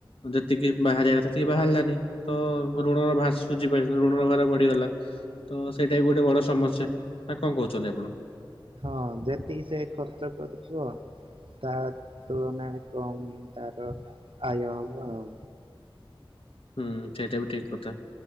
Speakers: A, on the left; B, on the right.
A: ଯେତିକି ବାହାରିବ କଥା ସେତିକି ବାହାରିଲାନି। ତ ଋଣର ଭାସୁଝି ବ୍ୟାଙ୍କର ଋଣର ଭାର ବଢିଗଲା। ତ ସେଇଟା ବି ଗୋଟେ ବଡ ସମସ୍ୟା ନା କଣ କହୁଛନ୍ତି ଆପଣ?
B: ହଁ ଯେତିକି ସେ ଖର୍ଚ୍ଚ କରିଥିବ ତା ତୁଳନାରେ କମ୍ ତାର ଆୟ ହେବ ଆଉ
A: ହୁଁ ସେଇଟା ବି ଠିକ କଥା।